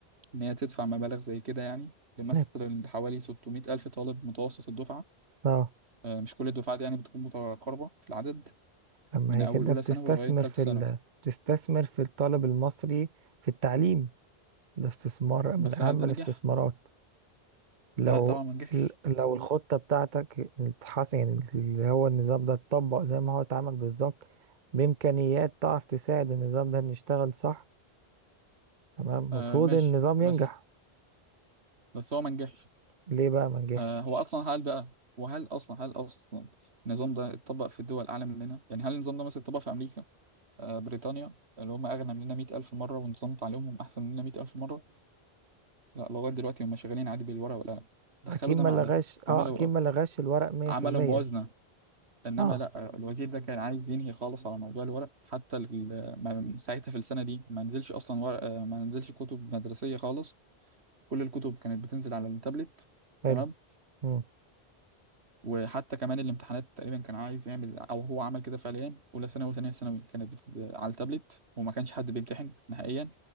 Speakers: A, on the right; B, on the right.
A: إن هي تدفع مبالغ زي كده يعني لمثلا
B: نعم.
A: حوالي 600 ألف طالب متوسط الدفعة
B: اه
A: آه، مش كل الدفعات يعني بتكون متقاربة في العدد
B: لما
A: من
B: هي
A: أول
B: كده
A: أولى
B: بتستثمر
A: ثانوي لغاية تالتة
B: في
A: ثانوي
B: ال... بتستثمر في الطالب المصري في التعليم ده استثمار
A: بس
B: من أهم
A: هل ده
B: الاستثمارات
A: نجح؟
B: لو
A: ده طبعا ما نجحش
B: لو الخطة بتاعتك اتحسن يعني اللي هو النظام ده اتطبق زي ما هو اتعمل بالظبط بإمكانيات تعرف تساعد النظام ده إن يشتغل صح تمام المفروض
A: آه ماشي
B: النظام
A: بس
B: ينجح
A: بس هو ما نجحش
B: ليه بقى ما نجحش
A: آه هو أصلا هل بقى وهل أصلا هل أصلا النظام ده اتطبق في الدول أعلى مننا؟ يعني هل النظام ده مثلا اتطبق في أمريكا؟ آه بريطانيا اللي هم أغنى مننا 100 ألف مرة ونظام تعليمهم أحسن مننا 100 ألف مرة؟ لا لغاية دلوقتي هم شغالين عادي بالورقة والقلم دخلوا
B: أكيد
A: ده
B: ما
A: مع
B: لغاش
A: ده عملوا
B: اه أكيد ما لغاش الورق مية
A: عملوا
B: في المية
A: موازنة إنما
B: اه
A: لا الوزير ده كان عايز ينهي خالص على موضوع الورق حتى ال- ما- ساعتها في السنة دي ما نزلش أصلا ورق ما نزلش كتب مدرسية خالص كل الكتب كانت بتنزل على التابلت
B: حلو
A: تمام
B: مم.
A: وحتى كمان الامتحانات تقريبا كان عايز يعمل أو هو عمل كده فعليا أولى ثانوي وثانية ثانوي كانت بت... على التابلت وما كانش حد بيمتحن نهائيا